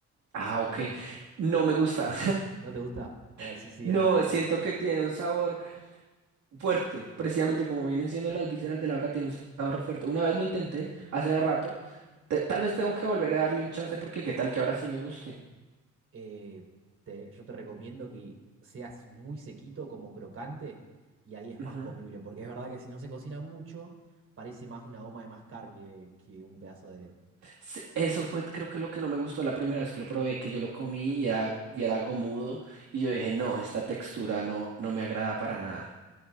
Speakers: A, on the right; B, on the right.
A: Ah,
B: Exactamente.
A: ok, no me gusta,
B: ¿No te gusta? Eh,
A: <laughs>
B: sí, sí,
A: no,
B: es raro.
A: siento que tiene un sabor. fuerte, precisamente como vienen siendo las vísceras de la vaca, tiene un sabor fuerte. Una vez lo intenté, hace rato, te- tal vez tengo que volver a darle un chance porque qué tal que ahora sí me guste.
B: Eh, te- yo te recomiendo que seas muy sequito, como crocante, y ahí es
A: Ujú.
B: más comible, porque es verdad que si no se cocina mucho, parece más una goma de mascar que, que un pedazo de...
A: Sí, Eso fue, creo que lo que no me gustó la primera vez que lo probé, que yo lo comí y era, y era gomudo, y yo dije, no, esta textura no, no me agrada para nada.